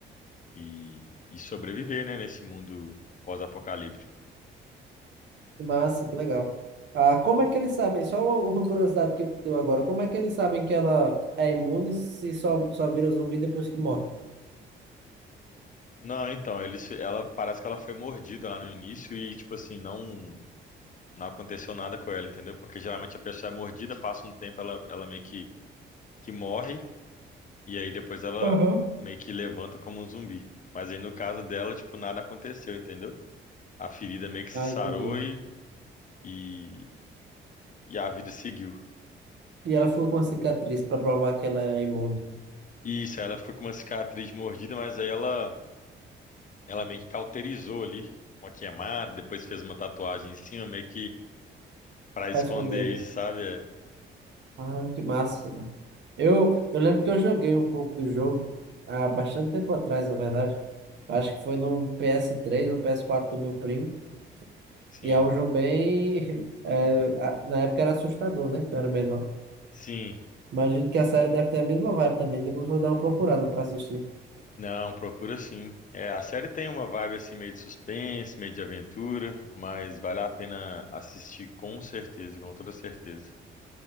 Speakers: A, on the left; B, on the right.
A: e, e sobreviver, né, nesse mundo pós-apocalíptico.
B: Que massa, que legal. ah como é que eles sabem? Só uma, uma curiosidade que eu tenho agora. Como é que eles sabem que ela é imune se só, só vira zumbi depois que morre?
A: Não, então, eles, ela parece que ela foi mordida lá no início e, tipo assim, não, não aconteceu nada com ela, entendeu? Porque geralmente a pessoa é mordida, passa um tempo, ela, ela meio que, que morre. E aí depois ela
B: Aham.
A: meio que levanta como um zumbi. Mas aí no caso dela, tipo, nada aconteceu, entendeu? A ferida meio que se
B: Ah,
A: sarou
B: entendi.
A: e, e, e a vida seguiu.
B: E ela ficou com a cicatriz para provar que ela é imune.
A: E isso, aí ela ficou com uma cicatriz mordida, mas aí ela, ela meio que cauterizou ali, uma queimada, depois fez uma tatuagem em cima, meio que pra esconder
B: Vai responder.
A: isso, sabe? É,
B: Ah, que massa. Eu, eu lembro que eu joguei um pouco do jogo há bastante tempo atrás, na verdade. Eu Acho que foi num ps três ou ps quatro do meu primo.
A: sim,
B: E é um jogo bem. <laughs> é, a- na época era assustador, né? Que eu era menor.
A: sim.
B: Imagino que a série deve ter a mesma vibe também. Depois vou dar uma procurada pra assistir.
A: Não, procura sim. É, a série tem uma vibe assim meio de suspense, meio de aventura, mas vale a pena assistir com certeza, com toda certeza.